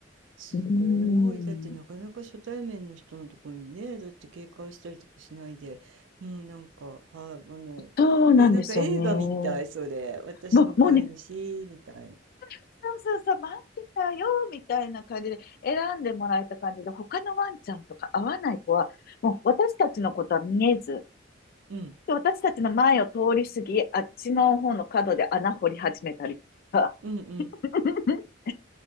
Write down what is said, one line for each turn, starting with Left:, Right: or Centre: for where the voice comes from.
Right: すごい。
Left: うーん、
Right: だってなかなか初対面の人のところにね、だって警戒したりとかしないで、もうなんか、はい、あの、
Left: そうなんですよね。
Right: え、なんか映画みたい、
Left: も
Right: それ。私の飼い主、
Left: う、もうね、
Right: みたいな。
Left: そうそうそう、待ってたよ、みたいな感じで、選んでもらえた感じで、他のワンちゃんとか合わない子は、もう私たちのことは見えず、
Right: うん、
Left: で私たちの前を通り過ぎ、あっちの方の角で穴掘り始めたりとか、
Right: うん
Left: <laughs>